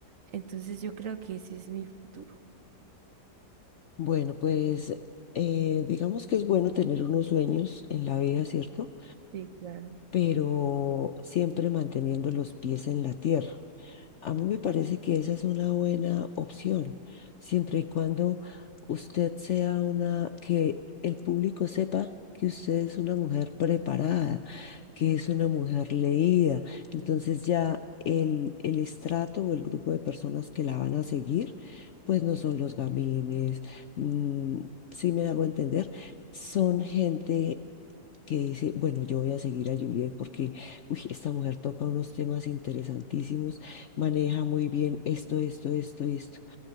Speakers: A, on the right (about 55°); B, on the left (about 60°).
A: entonces yo creo que ese es mi futuro.
B: Bueno, pues eh, digamos que es bueno tener unos sueños en la vida, ¿cierto?
A: Sí, claro,
B: Pero siempre manteniendo los pies en la tierra. A mí me parece que esa es una buena opción, siempre y cuando usted sea una, que el público sepa que usted es una mujer preparada, que es una mujer leída. Entonces ya el, el estrato o el grupo de personas que la van a seguir, pues no son los gamines, mm, si me hago entender, son gente que dice, bueno, yo voy a seguir a Juliet porque, uy, esta mujer toca unos temas interesantísimos, maneja muy bien esto, esto, esto, esto.